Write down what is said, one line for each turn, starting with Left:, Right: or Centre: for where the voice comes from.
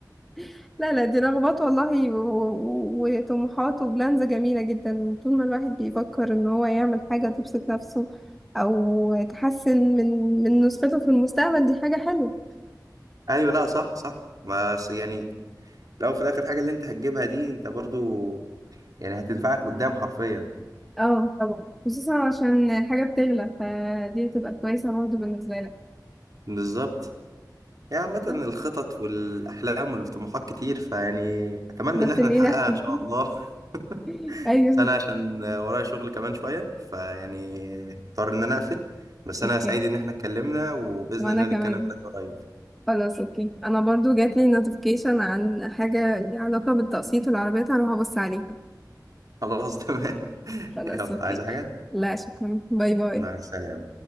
Centre: <laughs> لا لا دي رغبات والله و... و... وطموحات وبلانز جميلة جدا طول ما الواحد بيفكر ان هو يعمل حاجة تبسط نفسه او تحسن من من نسخته في المستقبل دي حاجة حلوة
Right: ايوه لا صح صح بس يعني لو في الاخر حاجة اللي انت هتجيبها دي انت برضو يعني هتنفعك قدام حرفيا
Centre: اه طبعا خصوصا عشان الحاجة بتغلى فدي تبقى كويسة برضه بالنسبة لك
Right: بالظبط يعني عامة الخطط
Centre: صح؟
Right: والأحلام والطموحات كتير فيعني أتمنى
Centre: بس
Right: إن احنا
Centre: اللي
Right: نحققها
Centre: ينفذ
Right: إن شاء الله
Centre: <laughs>
Right: <laughs>
Centre: ايوه
Right: بس أنا عشان ورايا شغل كمان شوية فيعني اضطر إن أنا أقفل بس
Centre: اوكي
Right: أنا سعيد إن احنا اتكلمنا وبإذن
Centre: وانا
Right: الله
Centre: كمان
Right: نتكلم تاني قريب
Centre: خلاص اوكي انا برضو جات لي نوتيفيكيشن عن حاجة ليها علاقة بالتقسيط والعربيات هروح ابص عليها
Right: خلاص تمام <laughs>
Centre: خلاص
Right: يلا
Centre: اوكي
Right: عايز حاجة؟
Centre: لا شكرا باي باي
Right: مع السلامة